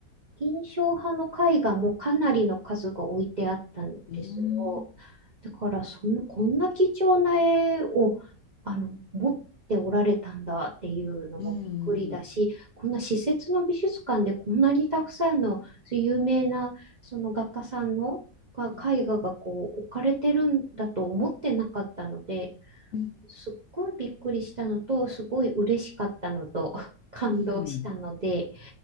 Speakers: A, on the right; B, on the left.
A: 印象派の絵画もかなりの数が置いてあったんですよ。
B: うーん、
A: だからその、こんな貴重な絵をあの持っておられたんだっていうのもびっくりだし、
B: うん、
A: こんな施設の美術館でこんなにたくさんのそういう有名なその画家さんのが絵画がこう置かれてるんだと思ってなかったので、
B: うん、うん、
A: すっごいびっくりしたのと、すごい嬉しかったのと、<laughs> 感動したので。
B: うん。